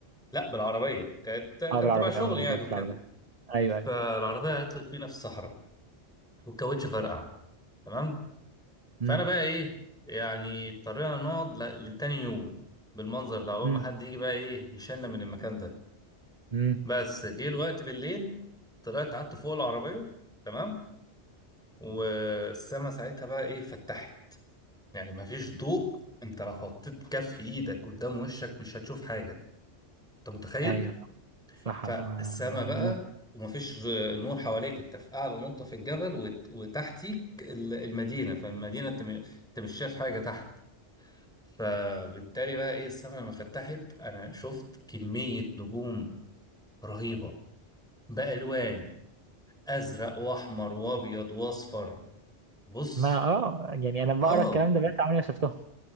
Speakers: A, in the centre; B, on the right.
A: لا بالعربيه كانت كان
B: اه بالعربيه
A: تبع شغل
B: اه
A: يعني
B: انت قلت
A: وكده
B: في العربيه ايوه
A: فالعربيه
B: ايوه
A: عطلت فينا في الصحراء والكاوتش فرقع تمام
B: مم.
A: فانا بقى ايه يعني اضطرينا نقعد ل- لتاني يوم بالمنظر ده عقبال
B: مم.
A: ما حد يجي بقى ايه يشيلنا من المكان ده
B: مم.
A: بس جه الوقت بالليل طلعت قعدت فوق العربيه تمام والسما ساعتها بقى ايه فتحت يعني مفيش ضوء انت لو حطيت كف ايدك قدام وشك مش هتشوف حاجة انت متخيل
B: ايوه صحراء
A: فالسما
B: اه انا آه،
A: بقى
B: هموت
A: ومفيش نور حواليك انت في اعلى نقطة في الجبل وت- وتحتيك ال- المدينة فالمدينة انت م- انت مش شايف حاجة تحت فبالتالي بقى ايه السما لما فتحت انا شفت كمية نجوم رهيبة بألوان ازرق واحمر وابيض واصفر بص
B: ما اه يعني انا بقرا
A: اه
B: الكلام ده بقيت عمري ما شفتهم